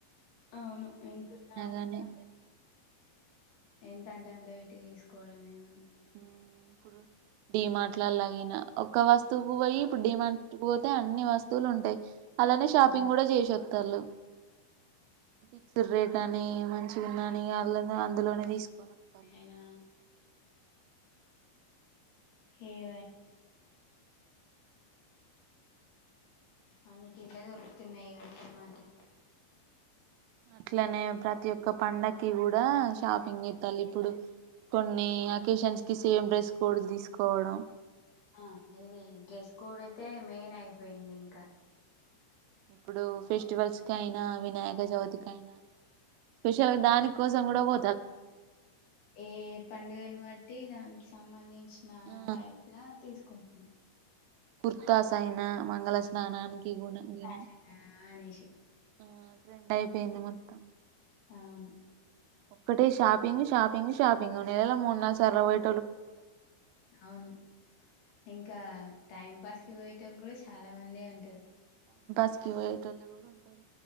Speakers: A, on the left (about 60°); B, on the right (about 90°).
A: అవును ఎంతున్నా కూడా
B: గాని
A: ఎంటంటే అంత పెట్టి తీసుకోవడం ఎమని
B: ఉ ఇప్పుడు డి మార్ట్లా లాగైనా ఒక్క వస్తువుకు పోయి ఇప్పుడు డి మార్ట్ కి పోతే అన్ని వస్తు వస్తువులు ఉంటాయి. అలానే షాపింగ్
A: ఆ
B: కూడా చేసొత్తాల్లు. ఫిక్స్డ్ రేట్
A: ఆ
B: అని మంచిగుందని వాళ్ళ అందులోనే తీసుకొని ఒత్తాళ్లు
A: అయినా హేదైనా అన్నీ కిడ్లే దొరుకుతున్నాయిగా డిమార్ట్
B: అట్లనే ప్రతి ఒక్క పండక్కి కూడా షాపింగ్ చెత్తాల్లి ఇప్పుడు కొన్ని అకేషన్స్ కి సేమ్ డ్రెస్ కోడ్ తీసుకోవడం
A: ఆ ఇది డ్రెస్ కూడా అయితే మెయిన్ అయిపోయింది ఇంకా
B: ఇప్పుడు ఫెస్టివల్స్ కైనా వినాయక చవితికి అయినా స్పెషల్గా దాని కోసం కూడా పో
A: ఏ పండుగను బట్టి దానికి సంబంధిం చిన
B: ఆ
A: టైప్లా తీసుకుంటున్నా
B: కుర్తాస అయిన మంగళ స్నానానికి గుణ గిణ
A: ఫ్యాషన్ అనేసి
B: ఆ ట్రెండ్ అయిపోయింది మొత్తం
A: అవును
B: ఒక్కటే షాపింగ్ షాపింగ్ షాపింగ్ నెలలా మూడు నాలు సార్లు పోయి
A: అవును ఇంకా టైం పాస్కి పోయి టోలు కూడా చాలా మందే ఉంటారు
B: పొయేటోళ్ళు కూడా ఉంటారు